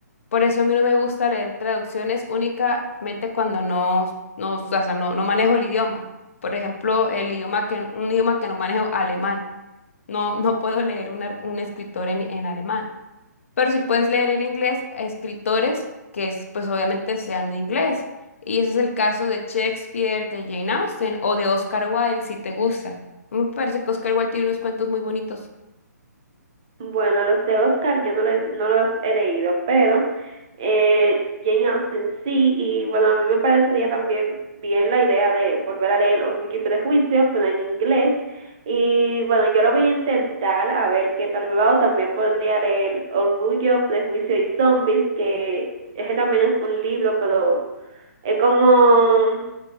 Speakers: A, on the left (about 45°); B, on the right (about 20°).
A: Por eso a mí no me gusta leer traducciones únicamente cuando no, no, o sea, no, no manejo el idioma. Por ejemplo, el idioma que, un idioma que no manejo, alemán. No, no puedo leer un, art- un escritor en, en alemán, pero si puedes leer en inglés a escritores que es, pues obviamente sean de inglés. Y ese es el caso de Shakespeare, de Jane Austen o de Oscar Wilde, si te gusta. Me parece que Oscar Wilde tiene unos cuentos muy bonitos.
B: bueno, los de Oscar yo no, les- no los he leído, pero eh, Jane Austen sí, y bueno, a mí me parecería también bien la idea de volver a leer Orgullo y Prejuicio, pero en inglés. Y bueno, yo lo voy a intentar a ver qué tal me va, o también podría leer Orgullo, Prejuicio y Zombies, que ese también es un libro, pero es como